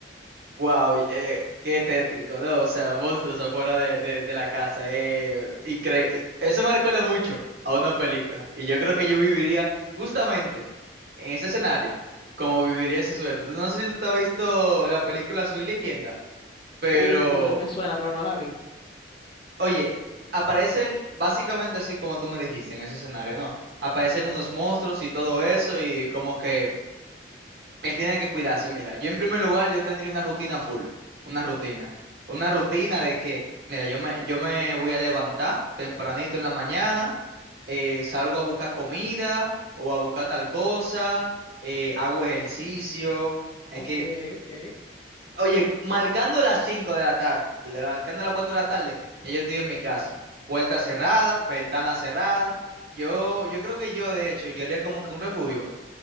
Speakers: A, on the right; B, on the left.
A: Wow, qué tétrico, ¿no? O sea, monstruos afuera de, de- de la casa. Eh, incre- Eso me recuerda mucho a una película. Y yo creo que yo viviría justamente en ese escenario, como viviría ese sujeto. Tú- No sé si tú te has visto la película Soy Leyenda, pero,
B: Uh, me suena, pero no la vi.
A: oye, aparecen básicamente así como tú me dijiste en ese escenario, ¿no? Aparecen unos monstruos y todo eso, y como que. Él tiene que cuidarse. Mira, yo en primer lugar, yo tendría una rutina full, una rutina, una rutina de que, mira, yo me, yo me voy a levantar tempranito en la mañana, eh, salgo a buscar comida o a buscar tal cosa, eh, hago ejercicio. Es
B: Ok,
A: que,
B: ok.
A: oye, marcando las 5 de la tarde, marcando las 4 de la tarde, ya yo estoy en mi casa. Puerta cerrada, ventana cerrada. Yo, yo creo que yo, de hecho, yo haría como que un refugio